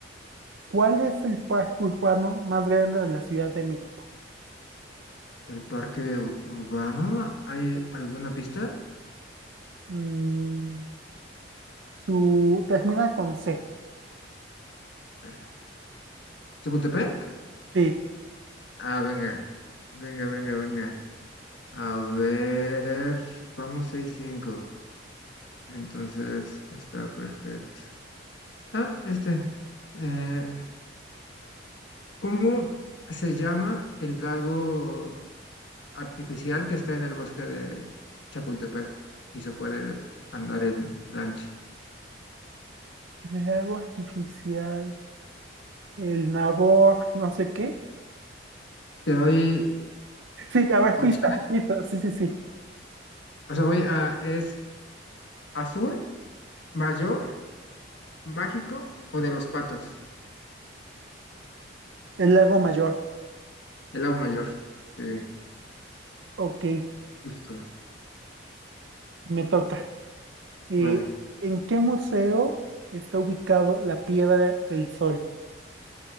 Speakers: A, on the right; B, on the left.
A: ¿Cuál es el parque urbano más grande de la Ciudad de México?
B: el parque u- urbano, ¿hay alguna pista?
A: Mm, su termina con C.
B: Eh, ¿Chapultepec?
A: Sí.
B: Ah, venga, venga, venga, venga. A ver, vamos seis, cinco. Entonces está perfecto. Ah, este. eh, ¿cómo se llama el lago artificial que está en el bosque de Chapultepec y se puede andar en lancha?
A: El lago artificial. El Nabor, no sé qué.
B: Te doy
A: Sí, a ver,
B: opciones.
A: pista, pista, sí, sí, sí.
B: O sea, voy a, es azul, mayor, mágico o de los patos.
A: El Lago Mayor.
B: El lago mayor. Sí,
A: Ok,
B: justo.
A: me toca. Eh,
B: Vale.
A: ¿en qué museo está ubicado la Piedra del Sol?